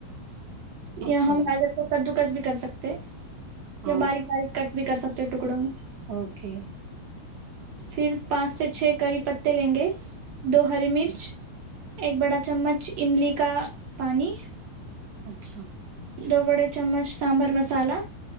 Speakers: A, on the right; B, on the right.
A: اچھا
B: یا ہم
A: جی
B: گاجر کو کدو گس بھی کر سکتے
A: ہاں
B: یا باریک باریک کٹ بھی کر سکتے ہیں ٹکڑوں میں
A: اوکے
B: پھر پانچ سے چھ کری پتے لیں گے دو ہری مرچ
A: جی
B: ایک بڑا چمچ املی کا پانی
A: اچھا
B: دو بڑے چمچ سامبر مسالا